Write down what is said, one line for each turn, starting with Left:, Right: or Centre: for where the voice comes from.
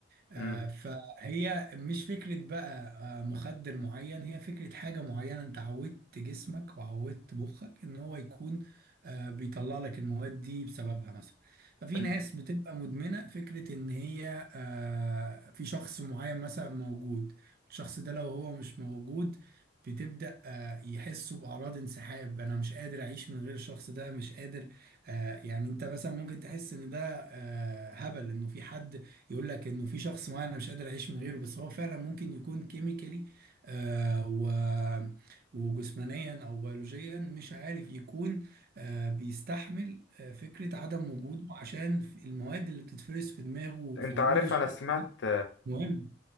Right: آه،
Left: امم
Right: فهي مش فكرة بقى آه، مخدر معين هي فكرة حاجة معينة انت عودت جسمك وعودت مخك ان هو يكون آه، بيطلع لك المواد دي بسببها مثلا ففي
Left: انت
Right: ناس بتبقى مدمنة فكرة ان هي آه، في شخص معين مثلا موجود الشخص ده لو هو مش موجود بتبدأ آه، يحسوا بأعراض انسحاب أنا مش قادر أعيش من غير الشخص ده مش قادر آه، يعني أنت مثلا ممكن تحس إن ده آه، هبل إنه في حد يقول لك انه في شخص معين انا مش قادر اعيش من غيره بس هو فعلا ممكن يكون كيميكالي آه و وجسمانيا او بيولوجيا مش عارف يكون آه بيستحمل آه فكرة عدم وجوده عشان في- المواد اللي بتتفرز في دماغه وفي
Left: انت
Right: وجوده
Left: عارف
Right: الشخص
Left: انا سمعت
Right: ده مهم